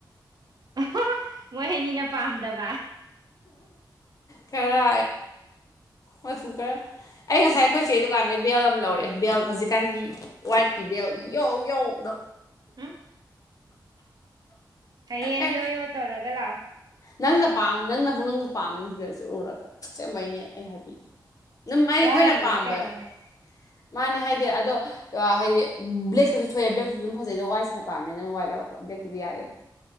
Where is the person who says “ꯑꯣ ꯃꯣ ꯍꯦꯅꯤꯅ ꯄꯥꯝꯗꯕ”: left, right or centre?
Right